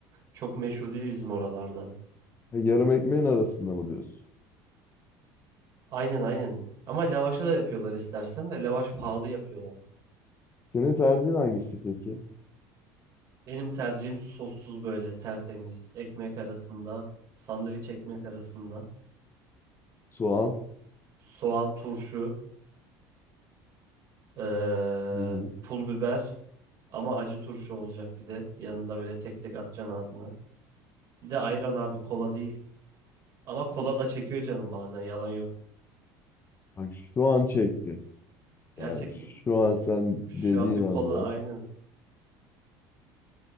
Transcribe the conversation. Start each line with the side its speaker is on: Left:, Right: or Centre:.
Right: çok meşhur değil bizim oralarda.
Left: e, yarım ekmeğin arasında mı diyorsun?
Right: Aynen aynen ama lavaşa da yapıyorlar istersen de lavaş pahalı yapıyorlar.
Left: Senin tercihin hangisi peki?
Right: Benim tercihim sossuz böyle tertemiz ekmek arasında sandviç ekmek arasında
Left: Soğan.
Right: soğan turşu Ee,
Left: Hı hı.
Right: pul biber ama acı turşu olacak bir de. Yanında böyle tek tek atacaksın ağzına. Bir de ayran abi kola değil. Ama kola da çekiyor canım bazen yalan yok.
Left: Bak şu an çekti.
Right: Gerçekten.
Left: Yani şu an sen
Right: Şu
Left: dediğin
Right: an bir
Left: anda.
Right: kola aynen.